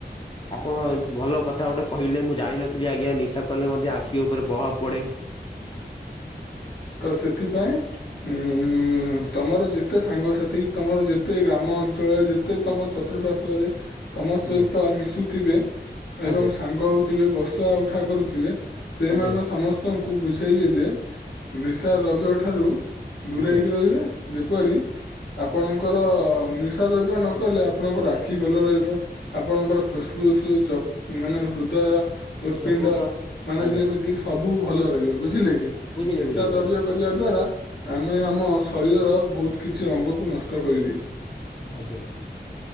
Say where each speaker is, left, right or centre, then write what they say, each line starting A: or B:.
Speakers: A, on the left (about 30°); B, on the left (about 80°).
A: ଆପଣ ଭଲ କଥା ଗୋଟେ କହିଲେ ମୁଁ ଜାଣିନଥିଲି ଆଜ୍ଞା ନିଶା କଲେ ମଧ୍ୟ ଆଖି ଉପରେ ପ୍ରଭାବ ପଡେ।
B: ତ ସେଥିପାଇଁ ଉଁ ତମର ଯେତେ ସାଙ୍ଗସାଥି ତମର ଯେତେ ଗ୍ରାମ ଅଞ୍ଚଳରେ ଯେତେ ତମ ଚତୁଃପଶ୍ଵରେ ତମ
A: ଆଜ୍ଞା
B: ସହିତ ମିଶୁ ଥିବେ ଏବଂ
A: ଆଜ୍ଞା
B: ସାଙ୍ଗ ହେଉଥିବେ ବସା ଉଠା କରୁଥିବେ ସେମାନ
A: ଆଜ୍ଞା
B: ସମସ୍ତଙ୍କୁ ବୁଝେଇବେ ଯେ ନିଶା ଦ୍ରବ୍ୟ ଠାରୁ ଦୂରେଇ
A: ଆଜ୍ଞା
B: ହେଇକି ରହିବେ ଯେପରି ଆପଣଙ୍କର ନିଶା ଦ୍ରବ୍ୟ ନକଲେ ଆପଣଙ୍କର ଆଖି ଭଲ ରହିବ ଆପଣଙ୍କର ଫୁସ୍ ଫୁ ଫୁସ୍ ଯ ମାନେ ହୃଦ ହୃତ୍
A: ଯକୃତ
B: ପିଣ୍ଡ ମାନେ
A: ଆଜ୍ଞା
B: ଯେମିତି ସବୁ ଭଲରେ ରହିବେ ବୁଝିଲେ କି।
A: ବୁଝିଲି
B: ନିଶା
A: ବୁଝିଲି
B: ଦ୍ରବ୍ୟ
A: ବନ୍ଧୁ
B: କରିବା ଦ୍ଵାରା ଆମେ ଆମ ଶରୀରର ବହୁତ କିଛି ଅଙ୍ଗକୁ ନଷ୍ଟ କରିଦେଇଛୁ।
A: ଆଜ୍ଞା।